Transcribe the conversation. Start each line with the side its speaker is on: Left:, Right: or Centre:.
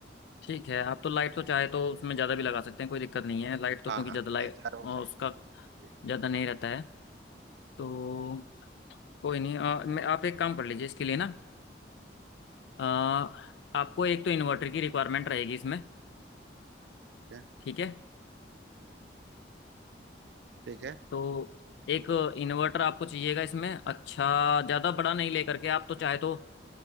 Left: ठीक है आप तो लाइट तो चाहे तो उसमें ज़्यादा भी लगा सकते हैं कोई दिक्कत नहीं है लाइट तो
Right: हाँ
Left: क्योंकि
Right: हाँ
Left: ज़्यादा लाइट
Right: तीन चार हो जाए
Left: उसका
Right: ठीक
Left: ज़्यादा नहीं रहता है तो कोई नहीं अ, मैं आप एक काम कर लीजिए इसके लिए ना अ, आपको एक तो इन्वर्टर की रिक्वायरमेंट रहेगी इसमें
Right: है
Left: ठीक है
Right: ठीक है
Left: तो एक इन्वर्टर आपको चाहिएगा इसमें अच्छा ज़्यादा बड़ा नहीं लेकर के आप तो चाहे तो